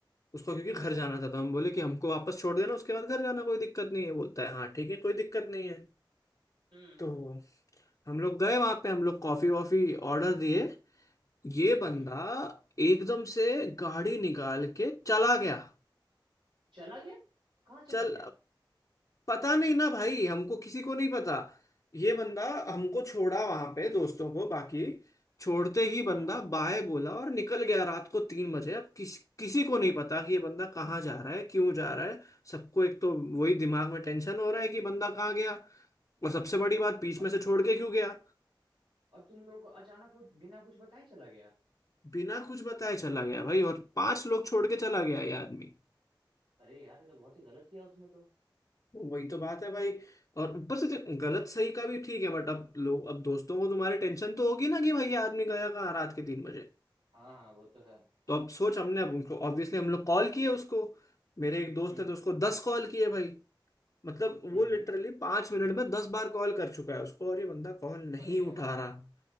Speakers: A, on the left; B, on the right.
A: उसको क्योंकि
B: हाँ
A: घर
B: हाँ
A: जाना था तो हम बोले कि हमको वापस छोड़ देना उसके बाद घर जाना कोई दिक्कत नहीं है बोलता है हाँ ठीक है कोई दिक्कत नहीं है
B: हम्म
A: तो हम लोग गए वहां पे हम लोग कॉफी वॉफी ऑर्डर दिए ये
B: हम्म
A: बंदा
B: हम्म।
A: एकदम से गाड़ी निकाल के चला गया
B: चला गया कहाँ चला
A: चल
B: गया
A: पता नहीं ना भाई हमको किसी को नहीं पता ये बंदा हमको छोड़ा वहां पे दोस्तों को बाकी छोड़ते ही बंदा
B: हाँ हाँ
A: बाय बोला और निकल गया रात को तीन बजे अब किस, किसी को नहीं पता कि ये बंदा कहाँ जा रहा है क्यों जा रहा है सबको एक तो वही दिमाग में टेंशन हो रहा है कि बंदा कहाँ गया और सबसे बड़ी बात बीच
B: और,
A: में से छोड़ के क्यों गया
B: और तुम लोग को अचानक वो बिना कुछ बताए चला गया
A: बिना कुछ बताए चला गया भाई और पांच लोग छोड़ के चला गया ये आदमी
B: अरे यार ये तो बहुत ही गलत किया उसने तो
A: वही तो बात है भाई और ऊपर से देख, गलत सही का भी ठीक है बट अब लोग अब दोस्तों को तुम्हारे टेंशन तो होगी ना कि भैया आदमी गया कहाँ रात के तीन बजे
B: हाँ हाँ वो तो है
A: तो अब सोच हमने अब उनको ऑब्वियसली हम लोग कॉल किए उसको मेरे एक दोस्त
B: हम्म
A: है तो
B: हम्म
A: उसको दस कॉल किए भाई मतलब
B: हम्म
A: वो लिटरली
B: हम्म।
A: पांच मिनट में दस बार कॉल कर चुका है उसको और ये बंदा कॉल नहीं
B: अरे
A: उठा
B: यार
A: रहा